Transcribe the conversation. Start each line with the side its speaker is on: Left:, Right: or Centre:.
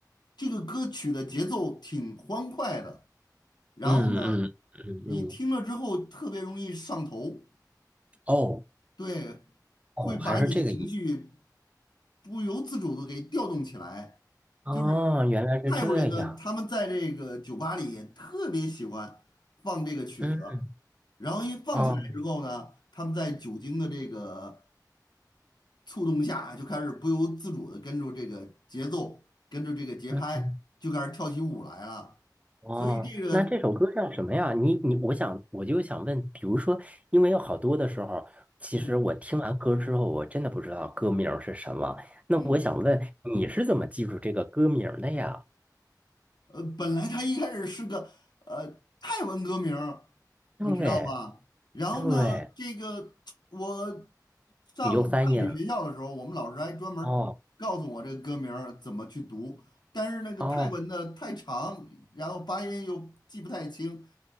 Left: 这个歌曲的节奏挺欢快的，然后呢，
Right: 嗯嗯嗯嗯，
Left: 你听了之后特别容易上头，
Right: 哦
Left: 对，
Right: 哦，
Left: 会把你的情绪
Right: 还是这个意思。
Left: 不由自主的给调动起来。
Right: 哦，
Left: 就是
Right: 原来是这样。
Left: 泰国人呢，他们在这个酒吧里也特别喜欢放这个曲子，
Right: 嗯，
Left: 然后一放起来之后呢，
Right: 哦，
Left: 他们在酒精的这个触动下啊，就开始不由自主的跟着这个节奏，跟着这个节拍，
Right: 嗯嗯，
Left: 就开始跳起舞来了。
Right: 哦，
Left: 所以这个，
Right: 那这首歌叫什么呀？你你，我想我就想问，比如说，因为有好多的时候，其实我听完歌之后，
Left: 嗯
Right: 我真的不知道歌名儿是什么。那我想问，
Left: 嗯，
Right: 你是怎么记住这个歌名儿的呀？
Left: 呃，本来他一开始是个呃泰文歌名儿
Right: 对
Left: 你知道吧？然后呢，
Right: 对，
Left: 这个我上泰语学校的时候，
Right: 你就翻译了。
Left: 我们老师还专门儿告诉我这个歌名儿怎么去读，
Right: 哦
Left: 但是那个泰文呢太长，
Right: 哦，
Left: 然后发音又记不太清。